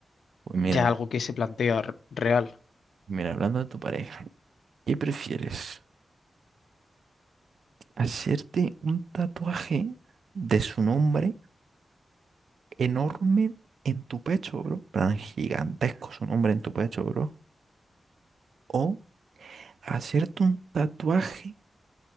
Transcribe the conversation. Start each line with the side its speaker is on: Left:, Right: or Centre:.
Right: Pues mira,
Left: ya es algo que se plantea re- real.
Right: mira, hablando de tu pareja, ¿qué prefieres? ¿Hacerte un tatuaje de su nombre? enorme en tu pecho, bro. en plan, gigantesco su nombre en tu pecho, bro. O hacerte un tatuaje